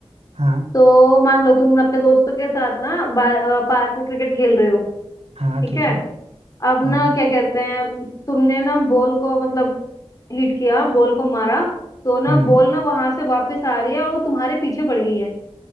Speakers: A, on the right; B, on the left.
A: हाँ
B: तो मान लो तुम अपने दोस्तों के साथ ना पार्क में क्रिकेट खेल रहे हो
A: हाँ
B: ठीक
A: ठीक
B: है
A: है
B: अब
A: हाँ
B: ना क्या कहते हैं तुमने ना बॉल को मतलब हिट किया बॉल को मारा तो ना
A: हम्म
B: बॉल ना वहां से वापस आ रही है और वो तुम्हारे पीछे पड़ गई है